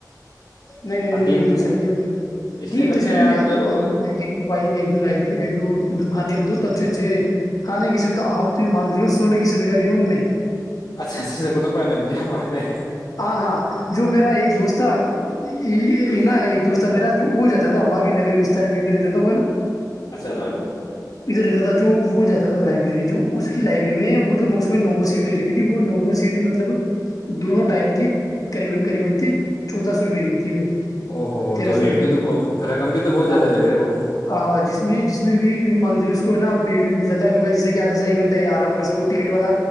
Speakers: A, on the left; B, on the left.
A: نہیں نہیں
B: اور
A: نہیں
B: تین
A: ادھر تو صحیح ہے
B: اس
A: نہیں
B: لیے
A: ویسے
B: نے کہا یار
A: تو میں آپ کو
B: چلو
A: بتا دوں نا ایک ایک دو لائ ایک دو کچھ دکانیں ب تچ چی کھانے کی سوھا آپ مار جو س ہونے کی سویدھا بھی ہے ان میں
B: اچھا اچھا اچھا کطب آنے میں کیا بات ہے
A: ہاں ہاں جو میرا ایک دوست تھا یہ نا ایک دوست میرا وہ جاتا تھا ہم بھی نگر ساریدھر ج تو ہوئے نا
B: اچھا اچھا
A: ادھر لیتا تھا جو وہ جاتا تھا لائبریری جو اس کی لائبری میں وہ تو نارمل سیٹ لے رہی تھی وہ نارمل سیٹ ہی مطلب دونوں ٹائم کی قریبا قریبان تھی چودہ سو روپئے کی تھی وہ
B: او ہوو
A: تیرہ
B: تو
A: سو
B: ریٹ
A: روپئے
B: بھی
A: کی
B: تو رقم بھی تو بہت
A: ہاں
B: زیادہ لے رہے وہ
A: ہاں جس میں جس میں بھی یوں مان اس کو ہے نا بیڈ بھی ملتا تھا کہ جسے کہ آد س ایک گھٹہ آرام کر سکو ٹکٹ والا